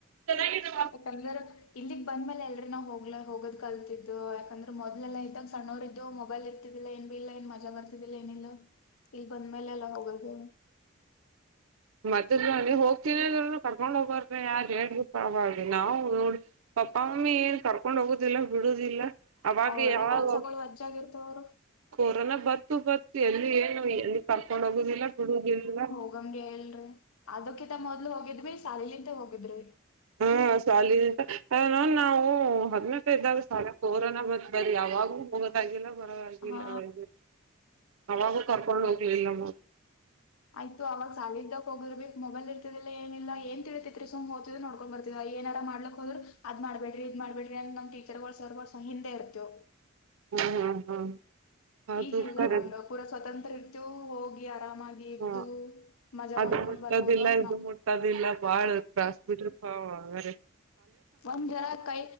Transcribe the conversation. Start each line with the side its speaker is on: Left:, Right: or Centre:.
Right: ಚೆನ್ನಾಗಿ ಇರ್ರಿ ವ <unintelligible>
Left: ಯಾಕಂದ್ರೆ ಇಲ್ಲಿಗ್ ಬಂದ್ಮೇಲೆ ಎಲ್ರಿ ನಾವ್ ಹೋಗ್ ಹೋಗೋದ್ ಕಲ್ತಿದ್ದ್. ಯಾಕಂದ್ರೆ ಮೊದಲೆಲ್ಲಾ ಇದಾಗ- ಸಣ್ಣವರ ಇದ್ದು ಮೊಬೈಲ್ ಇರ್ತಿದ್ದಿಲ್ಲ ಏನ್ ಬಿ ಇಲ್ಲ ಏನ್ ಮಜಾಗ ಬರ್ತಿದ್ದಿಲ್ಲ ಏನಿಲ್ಲ. ಇಲ್ ಬಂದ್ಮೇಲೆ ಎಲ್ಲಾ ಹೋಗೋದು.
Right: ಮದಲಹೋಗ್ತೀನಿ ಅಂದ್ರುಕರ್ಕೊಂಡ್ ಹೋಗರು ಯಾರ ಏಳ್ರಿ ಪಾ ಅವಾಗ ನಾವು ನೋಡಿ ಪಪ್ಪ- ಮಮ್ಮಿ ಏನ್ ಕರ್ಕೊಂಡ್ ಹೋಗುದಿಲ್ಲ ಬಿಡುದಿಲ್ಲ. ಅವಾಗ
Left: ಅವ್ರ್ದೇ
Right: ಯಾವಾಗ
Left: ಕೆಲ್ಸಗಳು ವಜ್ಜಿಯಾಗಿ ಇರ್ತ ಅವ್ರು
Right: ಕೊರೋನಾ ಬತ್ತು -ಬತ್ತು ಎಲ್ಲಿ ಏನು ಎಲ್ಲಿ ಕರ್ಕೊಂಡ್ ಹೋಗುದಿಲ್ಲ ಬಿಡುದಿಲ್ಲ.
Left: ಹೋಗಂಬಿ ಹೇಲ್ರಿ ಅದಕ್ಕಿಂತ ಮೊದ್ಲು ಹೋಗಿದ್ವಿ ಶಾಲಿಲಿಂತ ಹೋಗಿದ್ರಿ
Right: ಹಾ, ಸಾಲಿಲಿಂತ ಅನಾ ನಾವು ಹತ್ತ ನತ್ತೆ ಇದ್ದಾಗ ಸಾಲ್ಯಾಗ ಕೊರೋನ ಬಂತು ಬರಿ ಯಾವಾಗೂ ಆಗಿಲ್ಲ ಬರದ್ ಆಗಿಲ್ಲ
Left: ಹಾ
Right: ಅವರಿಗೆ ಅವಾಗೂ ಕರ್ಕೊಂಡ್ ಹೋಗ್ಲಿಲ್ಲ ನಮಗ.
Left: ಆಯ್ತ ಆವಾಗ ಸಾಲ ಇದ್ದಾಗ ಹೋದ್ರು ಬಿ ಮೊಬೈಲ್ ಇರ್ತದಿಲ್ಲ ಏನಿಲ್ಲ. ಏನ್ ತಿಳಿತೈತಿ ಸುಮ್ ಓತಿದ್ವಿ ನೋಡಾಕ್ ಕಕೊಂಡ್ ಬರ್ತೀ ಏನಾರ ಮಾಡ್ಲಿಕ್ ಹೋದರು ಅದ್ ಮಾಡಬೇಡಿ ಇದ್ ಮಾಡ್ಬೇಡ್ರಿ ಅಂತ ಟೀಚರ್ ಗಳ ಸರ್ ಗಳ ಹಿಂದೆ ಇರ್ತವ.
Right: ಹ್ಮ್, ಹ್ಮ್ ಅದು
Left: ಈಗಿಲ್ಲ
Right: ಕರೆ
Left: ಹಂಗ ಪೂರಾ ಸ್ವತಂತ್ರ ರೀತು ಹೋಗಿ ಆರಾಮಾಗಿ ಇದ್ದು
Right: ಹಾ,
Left: ಮಜಾ
Right: ಅದು
Left: ಮಾಡ್ಕೊಂಡ್
Right: ಮುಟ್ಟದಿಲ್ಲ
Left: ಬರ್ಬೋದು ಅಂತ
Right: ಇದು
Left: ನಮ್ದು
Right: ಮುಟ್ಟದಿಲ್ಲ ಬಾಳ ತ್ರಾಸ್ ಬಿಡ್ರಿ ಹಾ, ಹಂಗಾರೆ
Left: ಒಂದರ ಕೈ